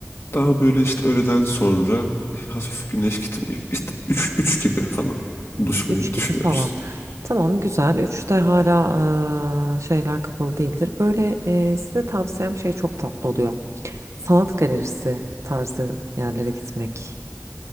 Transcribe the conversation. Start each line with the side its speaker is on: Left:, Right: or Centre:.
Left: Daha böyle işte öğleden sonra e, hafif güneş gitmiyor. İşte üç üç gibi falan buluşmayı
Right: Üç
Left: düşünüyoruz.
Right: gibi falan. Tamam güzel. Üçte hala e, şeyler kapalı değildir. Böyle e, size tavsiyem şey çok tatlı oluyor. Sanat galerisi tarzı yerlere gitmek.